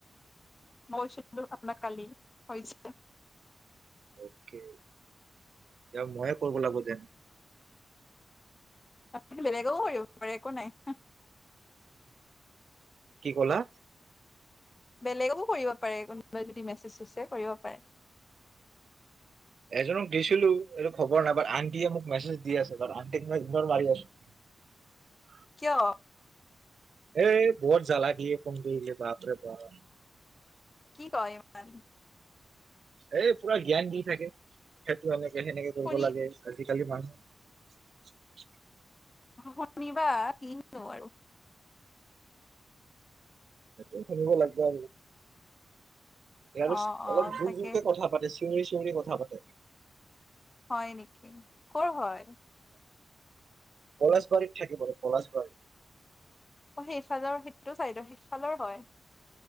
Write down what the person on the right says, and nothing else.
অ'কে, এতিয়া মইয়ে কৰব লাগব ডেন।
কি ক'লা?
এজনক দিছিলো, এইটো খবৰ নাই, বাট আন্টিয়ে মোক মেছেজ দি আছে, কাৰণ আন্টিক মই ইগ্নৰ মাৰি আছো।
এ, বহুত জালা দিয়ে ফোন কৰিলে বাপৰে বাপ।
এই পোৰা জ্ঞান দি থাকে, সেইটো হ'লে যে সেনেকে কৰিব
লাগে আজি <unintelligible>
সেইটোয়ে শুনিব লাগব আৰু। এ, আৰু
অলপ জোৰ
জোৰকে কথা পাতিছ চিঞৰি- চিঞৰি কথা পাতে।
পলাশবাৰীত থাকে বুলো পলাশবাৰী।